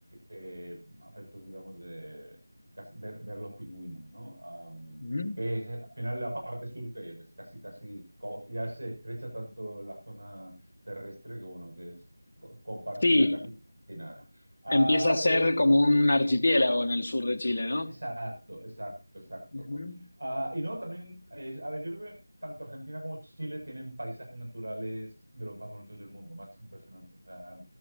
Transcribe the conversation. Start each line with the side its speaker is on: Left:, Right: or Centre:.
Right: eh, afectos, digamos, de casi- ver, ver los pingüinos, ¿no? Am,
Left: ujú.
Right: que es, eh, al final la parte sur que ya que es casi, casi, co- ya se estrecha tanto la zona terrestre que, bueno, que es co- compartida
Left: Sí,
Right: casi con la China. Ah,
Left: empieza a ser
Right: eh,
Left: como un archipiélago en el sur de Chile, ¿no?
Right: exacto, exacto, exacto.
Left: Ujú.
Right: Ah, y no, también, es- a ver, yo creo que tanto Argentina como Chile tienen paisajes naturales de los más bonitos del mundo, más impresionantes, o sea,